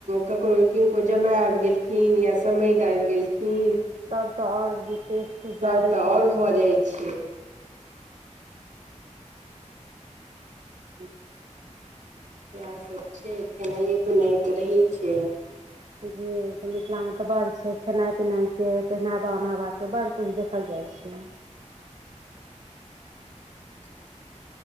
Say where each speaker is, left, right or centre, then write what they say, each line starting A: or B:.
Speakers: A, on the right; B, on the right.
A: ककरो किनको जमाय आबि गेलखिन या समधि आबि गेलखिन हूं
B: तब तऽ आओर विशेष कुछ ज्यादे
A: तब तऽ आओर
B: गेल
A: भऽ जाइ छै
B: हं
A: से सभ छै खेनाइए पीनायके रहै छै
B: जी मिथिला में तऽ बड़ छै खेनाइ पिनाइ के पहनावा उनहावा के बड़ कुछ देखल जाय से छै
A: <inaudible>